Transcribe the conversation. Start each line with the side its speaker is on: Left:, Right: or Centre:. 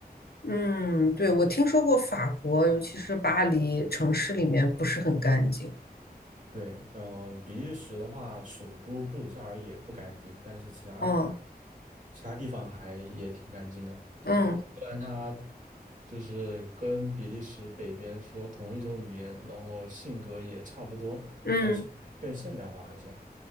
Left: 嗯，对，我听说过法国，尤其是巴黎城市里面不是很干净。
Right: 对，嗯，比利时的话，首都布鲁塞尔也不干净，但是其他
Left: 哦，
Right: 其他地方还也挺干净的。
Left: 嗯
Right: 虽然它就是跟比利时北边说同一种语言，然后性格也差不多，
Left: 嗯，
Right: 但是更现代化一些。